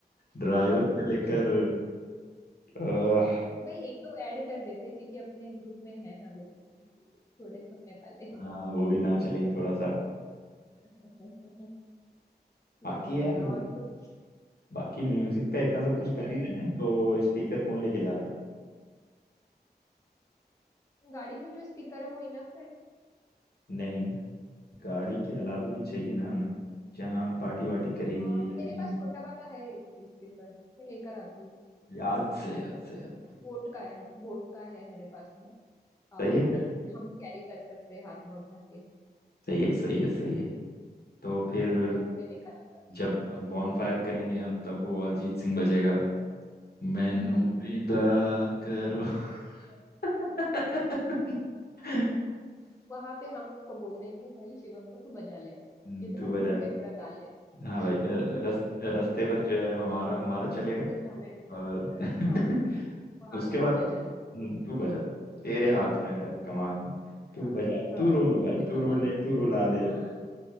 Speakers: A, on the left; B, on the left.
A: ड्राइवर
B: अरे
A: से
B: सब
A: लेकर
B: जगह पे
A: <laughs> अह,
B: वही एक दो ऐड कर देते क्योंकि अपने ग्रुप में है ना लोग थोड़े सुनने वाले
A: हाँ वो भी नाच लेंगे थोड़ा सा
B: <laughs> ठीक
A: बाकी
B: है
A: यार
B: और कुछ
A: बाकी म्यूजिक का इतना सब कुछ
B: लग
A: कर
B: रहा
A: ही
B: है
A: रहे हैं तो स्पीकर कौन लेके जा रहा है
B: गाड़ी में जो स्पीकर है वो इनफ है
A: नहीं गाड़ी के अलावा भी चाहिए ना हमें जहाँ हम पार्टी वार्टी करेंगे
B: अ,
A: या कहीं
B: मेरे पास छोटा वाला है एक स्पीकर मैं लेकर आती हूँ
A: याद से याद से याद से
B: बोट का है बोट का है मेरे पास में अ,
A: सही है
B: मतलब
A: फिर
B: हम कैरी कर सकते हैं हाथ में उठा के
A: सही है सही है सही है तो फिर
B: तो मैं लेकर आ जाती
A: जब बॉन फायर करेंगे हम तब वो अरिजीत सिंह बजेगा मैनू
B: हूँ हम्म
A: विदा करो
B: तो
A: <laughs>
B: वहां पे हम उसको बोल देंगे भाई शिवम को तू बजा ले अब
A: हम्म,
B: जितना
A: तू बजा
B: दुख
A: ले
B: है तेरा गा ले
A: हाँ भाई
B: अब
A: अ, रस, रस्ते
B: <laughs>
A: भर जो है हमारा हमारा चलेगा
B: रास्ते में हमें डिस्टर्ब
A: और
B: कर
A: <laughs>
B: हाँ वहां
A: उसके
B: पे
A: बाद
B: तू बजा ले
A: हम्म,
B: तू गा
A: तू
B: ले
A: बजा तेरे हाथ में है अब कमान तू
B: हाँ
A: बजा ले
B: हाँ
A: तू रो ले
B: उसे
A: भाई
B: संभाल
A: तू रो ले तू रुला
B: ले
A: ले
B: हाँ